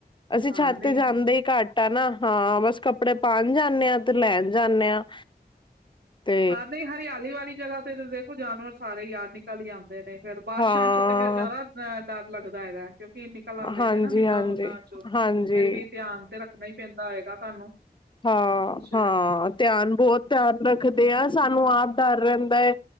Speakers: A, on the left; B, on the right.
A: ਅਸੀਂ
B: ਹਾਂ
A: ਛੱਤ
B: ਨਹੀਂ
A: ਤੇ ਜਾਂਦੇ ਈ ਘੱਟ ਆ ਨਾ। ਹਾਂ ਬਸ ਕੱਪੜੇ ਪਾਉਣ ਜਾਂਦੇ ਹਾਂ ਤੇ ਲੈਣ ਜਾਂਦੇ ਹਾਂ। ਤੇ
B: ਆ ਨਹੀਂ ਹਰਿਆਲੀ ਵਾਲੀ ਜਗਾ ਤੇ ਦੇਖੋ ਜਾਨਵਰ ਸਾਰੇ ਆ ਨਿਕਲ ਜਾਂਦੇ ਨੇ ਫੇਰ। ਬਾਰਿਸ਼ਾਂ
A: ਹਾਂ
B: ਚ ਤੇ ਫੇਰ ਜ਼ਿਆਦਾ ਅਹ ਡਰ ਲੱਗਦਾ ਹੈਗਾ ਕਿਉਂਕਿ ਨੀ- ਕਲ ਲਾਉਂਦੇ
A: ਹਾਂਜੀ
B: ਨੇ ਨਾ ਬਿੱਲਾਂ
A: ਹਾਂਜੀ
B: ਬੁੱਲਾਂ ਚੋਂ ਫੇਰ
A: ਹਾਂਜੀ
B: ਵੀ ਧਿਆਨ ਤੇ ਰੱਖਣਾ ਹੀ ਪੈਂਦਾ ਹੋਏਗਾ ਤੁਹਾਨੂੰ।
A: ਹਾਂ-ਹਾਂ
B: ਕੁਛ
A: ਧਿਆਨ ਬੋਤ ਧਿਆਨ ਰੱਖਦੇ ਆ ਸਾਨੂੰ ਆਪ ਡਰ ਰਹਿੰਦਾ ਹੈ।